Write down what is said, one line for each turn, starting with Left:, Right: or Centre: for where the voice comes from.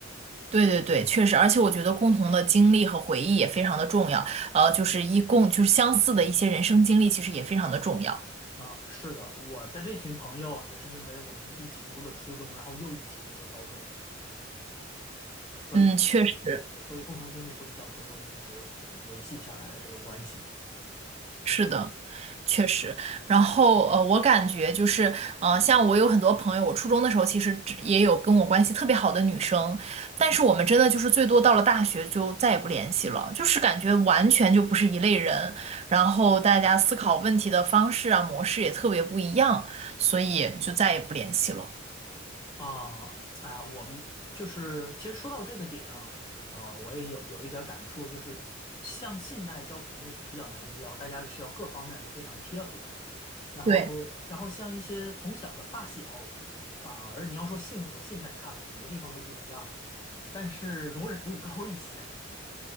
Right: 对对对，确实，而且我觉得共同的经历和回忆也非常的重要，呃，就是一共就是相似的一些人生经历，其实也非常的重要。
Left: 啊、是的，我的这群朋友也是因为我们一起读了初中，然后又一起读了高中。所以。
Right: 嗯，确实，
Left: 对，所以共同经历会比较多，就一直维系下来的这个关系
Right: 是的，确实。然后呃，我感觉就是，呃，像我有很多朋友，我初中的时候其实只也有跟我关系特别好的女生，但是我们真的就是最多到了大学就再也不联系了，就是感觉完全就不是一类人，然后大家思考问题的方式啊、模式也特别不一样，所以就再也不联系了。
Left: 啊，哎呀，我们就是其实说到这个点啊，呃，我也有有一点感触，就是像现代交朋友就比较难交，大家需要各方面都非常贴合，然后然后像一些从小的发小，
Right: 对，
Left: 反而你要说性格，现在看很多地方都不一样，但是容忍度高一些